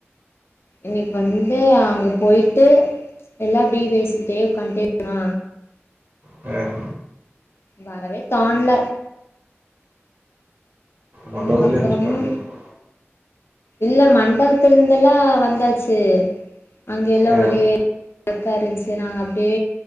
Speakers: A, on the left; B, on the right.
A: இன்னிக் வந்து அங்க போய்ட்டு எல்லா அப்டி பேசிக்கிட்டே உக்காந்ட்டே நா
B: அ
A: வரவே தோண்ல
B: மண்டபத்திலே
A: அதுக்கப்றமு
B: எந்திரிக்க வேண்டியது இருக்கு.
A: இல்லயே மண்டவத்துல் இந்தெல்லா வந்தாச்சு அங்கெல்லா
B: ஆ,
A: ஒரே அக்கா இருந்ச்சு நாங்க அப்டியே